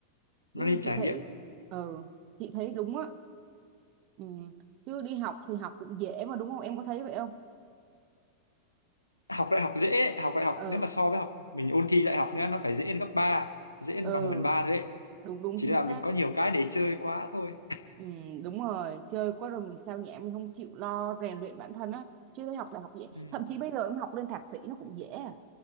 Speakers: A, on the right (about 40°); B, on the left (about 85°).
A: chứ
B: nó nên
A: chị
B: trải
A: thấy
B: nghiệm
A: ờ chị thấy đúng á ừ. chứ đi học thì học cũng dễ mà đúng không em có thấy vậy không
B: học đại học dễ ấy. học đại học
A: ờ
B: nếu mà so với học mình ôn thi đại học nhá nó phải dễ đến gấp ba dễ đến
A: ờ
B: bằng một phần ba thôi ấy.
A: đúng đúng
B: chỉ
A: chính
B: là
A: xác
B: mình có nhiều cái để chơi quá thôi
A: ừ, đúng rồi chơi quá rồi mình sao nhãng mình không chịu lo rèn luyện bản thân á chứ thấy học là học dễ
B: ừ.
A: thậm chí bây giờ em học lên thạc sĩ nó cũng dễ à